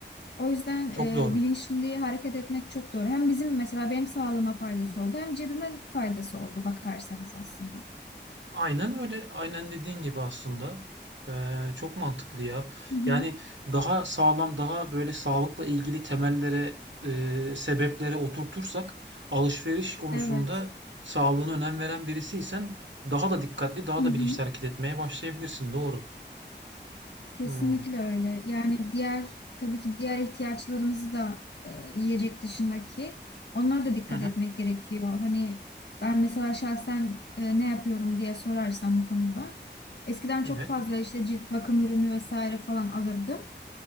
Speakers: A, on the left (about 65°); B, on the right (about 80°).
A: O yüzden
B: Çok
A: e,
B: doğru.
A: bilinçli hareket etmek çok doğru. Hem bizim mesela benim sağlığıma faydası oldu hem cebime faydası oldu bakarsanız aslında.
B: Aynen öyle. Aynen dediğin gibi aslında. Ee, çok mantıklı ya.
A: Hı hı.
B: Yani daha sağlam, daha böyle sağlıkla ilgili temellere, e, sebeplere oturtursak alışveriş konusunda
A: Evet.
B: sağlığına önem veren birisiysen daha da dikkatli, daha
A: Hı hı.
B: da bilinçli hareket etmeye başlayabilirsin. Doğru.
A: Kesinlikle
B: Hmm.
A: öyle. Yani diğer tabii ki diğer ihtiyaçlarımızı da e, yiyecek dışındaki onlara da dikkat
B: Hı hı.
A: etmek gerekiyor. Hani ben mesela şahsen e, ne yapıyorum diye sorarsam bu konuda. Eskiden
B: Evet.
A: çok fazla işte cilt bakım ürünü vesaire falan alırdım.